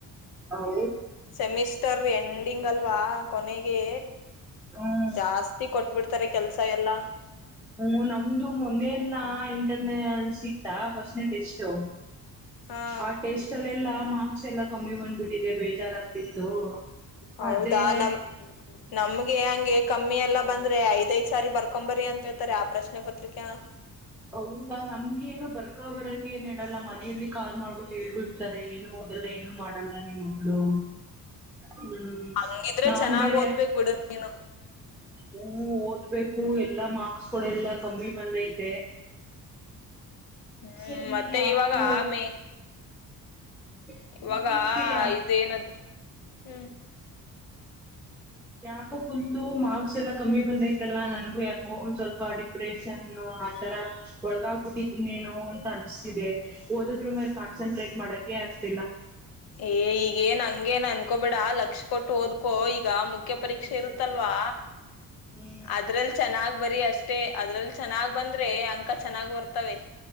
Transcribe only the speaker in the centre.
ಹೌ
ಹ್ಮ್
ಹ್ಮ್ ನಮ್ದು ಮೊನ್ನೆಲ್ಲ ಇಂಟ ನೆಲ್ಸ್ ಇತ್ತ ಫಾಸ್ಟ್ನೇ ಟೆಸ್ಟು.
ಆ ಟೆಸ್ಟ್ ಅಲ್ ಎಲ್ಲ ಮಾರ್ಕ್ಸ್ ಎಲ್ಲಾ ಕಮ್ಮಿ ಬಂದ್ಬಿಟ್ ಇದೆ ಬೇಜಾರಾಗ್ತಿತ್ತು.
ಅದೇ
ಹೌದಾ ನಮ್ಗೆ ಏನು ಬರ್ಕೊ ಬರಕ ಏನ್ ಹೇಳಲ್ಲ ಮನೆಯಲ್ಲಿ ಕಾಲ್ ಮಾಡ್ಬಿಟ್ಟು ಹೇಳ್ಬಿಡ್ತಾರೆ ಏನು ಓದಲ್ಲ ಏನು ಮಾಡಲ್ಲ ನಿಮ್ ಮಗ್ಳು. ಹ್ಮ್
ನಾನ್
ಬೇರೆ
ಹ್ಮ ಓದ್ಬೇಕು ಎಲ್ಲಾ ಮಾರ್ಕ್ಸ್ ಕೂಳ್ ಎಲ್ಲಾ ಕಮ್ಮಿ ಬಂದೈತ್ ದೆ
ಅಲ್ಲಿ
ಯಾಕೋ
ಇತ್ತೀಚೆಗೆ
ಯಾ
ಯಾಕೋ ಫುಲು ಮಾರ್ಕ್ಸ್ ಎಲ್ಲ ಕಮ್ಮಿ ಬಂದೈತಲ್ಲ ನನ್ಗೂ ಯಾಕೋ ಒಂದ್ ಸ್ವಲ್ಪ ಡಿಪ್ ಪ್ರೇಷನ್ ಆತರ ಒಳಗಾಗ್ಬಿಟ್ಟಿದನೇನೊ ಅಂತ ಅನ್ಸ್ತಿದೆ ಓದದ್ರು ಮೇಲೆ ಕಾನ್ಸಂಟ್ರೇಟ್ ಮಾಡಕೆ ಆಗ್ತಿಲ್ಲ.
ಹ್ಮ್